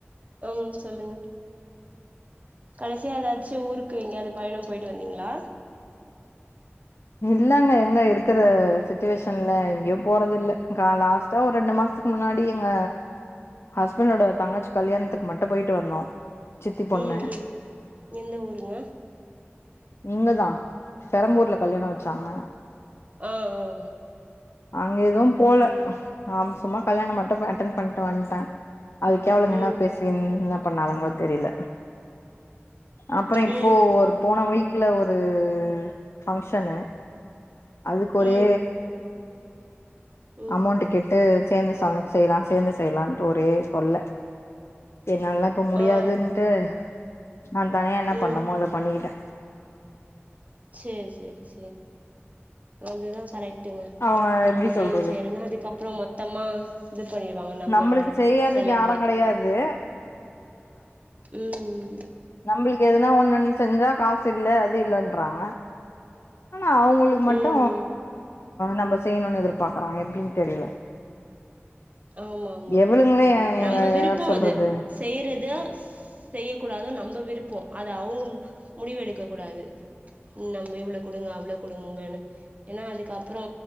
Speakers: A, on the right; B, on the left.
A: ம் சொல்லுங்க கடைசியா ஏதாச்சு ஊருக்கு எங்கயாவது பயணம் போய்ட்டு வந்தீங்ளா
B: இல்லங்க எங்க இருக்கற சுட்டுவேஷன்ல எங்கேயு போறதுல்ல கா லா தோ ஒரு ரெண்டு மாசத்துக்கு முன்னாடி எங்க ஹஸ்பண்டோட தங்கச்சி கல்யாணத்துக்கு மட்டு போய்ட்டு வந்தோ சித்தி பொண்ணு
A: ம் ம் எந்த ஊருங்க
B: இங்கதா பெரம்பூர்ல கல்யாணோ வெச்சாங்க
A: அ அ அ
B: அங்க எதுவு போல ஆம் சும்மா கல்யாணோ மட்டும் போய் அட்டன் பண்ட்டு வந்ட்டே அதுக்கே அவுளுங்க
A: ம்
B: என்ன பேசினு என்ன பண்ணாளுங்களோ தெரில அப்றோ இப்போ
A: ம்
B: ஒரு
A: ம்
B: போன வீக் வீட்ல ஒரு ஃபங்க்ஷனு அதுக்கு ஒரே
A: ம் ம்
B: அமௌண்ட்டு கெட்டு சேந்து சமச்சு செய்லா சேந்து செய்லானு ஒரே தொல்ல என்னாலல்லா இப்ப முடியாதுன்ட்டு
A: ஆ ஆ
B: நா தனியா என்ன
A: ஆ ம்
B: பண்ணமோ அத பண்ணிக்கிட்ட
A: செரி செரி செரி அதுதா கரெக்ட் டுங்க
B: அவங்க எப்டி
A: இப்ப சேந்து
B: சொல்றது
A: செய்றேன்னு அதுக்கப்றோ மொத்தமா இது பண்ணிருவாங்க நம்மளோட
B: நம்மளுக்கு செய்யறதுக்கு
A: செலவுலே
B: யாரு கெடையாது
A: ம்
B: நம்ளுக்கு எதனா ஒண்ணுன் செஞ்சா காசு இல்ல அது இல்லன்றாங்க ஆனா அவுங்களுக்கு மட்டு
A: ம்
B: நம்ம செய்ணுனு எதிர்பாக்குறாங்க எப்டின்னு தெரில
A: ஆமா ஆமா
B: எவளுங்களே
A: ஆமா
B: எங்க
A: நம்ப விருப்போ
B: யார் சொல்றது
A: அது செய்றத செய்யக்கூடாது நம்ப விருப்போ அது அவுங்க முடிவு எடுக்க கூடாது நம்ம இவ்ளோ குடுங்க அவ்ளோ குடுங்கன்னு ஏனா அதுக்கப்புறோ